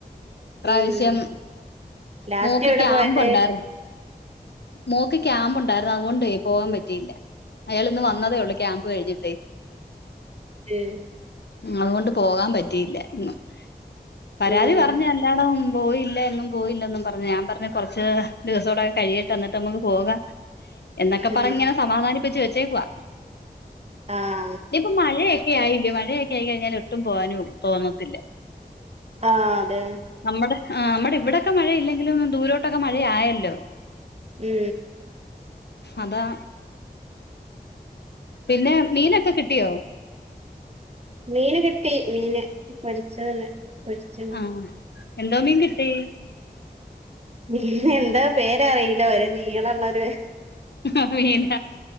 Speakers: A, on the left; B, on the right.
A: ഇപ്പ്രാവശ്യം
B: ഉം ലാസ്റ്റ്
A: മോക്ക്
B: എവിടെ
A: ക്യാമ്പ്
B: പോയത്
A: ഒണ്ടാര്ന്ന് മോക്ക് ക്യാമ്പ്ണ്ടാര്ന്നു അത്കൊണ്ടെ പോവാൻ പറ്റിയില്ല അയാള്ന്ന് വന്നതേ ഒള്ളു ക്യാമ്പ് കഴിഞ്ഞിട്ടേ
B: എഹ്
A: ങ്ങളെകൊണ്ട് പോകാൻ പറ്റിയില്ല ഉം പരാതി
B: ഉം
A: പറഞ്ഞ എല്ലാടൊം പോയില്ല എങ്ങും പോയില്ലെന്നും പറഞ്ഞ് ഞാൻ പറഞ്ഞ് കൊറച്ച് ദിവസവ്‌ടെ കഴിയട്ടെ ന്നിട്ട് നമ്മക്ക് പോക എന്നൊക്കെ
B: ഉം
A: പറഞ്ഞ്ങ്ങനെ സമാധാനിപ്പിച്ച് വെച്ചേക്കുവാ
B: ആഹ്
A: ഇനിയിപ്പൊ മഴയൊക്കെ ആയില്ലെ മഴയൊക്കെ ആയി കഴിഞ്ഞാൽ ഒട്ടും പോകാനും തോന്നത്തില്ല
B: ആഹ് അതെ
A: നമ്മുടെ ആഹ് നമ്മുടെ ഇവിടൊക്കെ മഴയില്ലെങ്കിലും ദൂരോട്ടൊക്കെ മഴ ആയല്ലോ
B: മ്
A: അതാ പിന്നെ മീനൊക്കെ കിട്ടിയോ?
B: മീന് കിട്ടി മീന് പൊരിച്ചത് പൊരിച്ചത്
A: ആഹ് എന്താ മീൻ കിട്ടി
B: മീനെന്താ പേരറീല ഒര് നീളള്ളൊര്
A: അറീല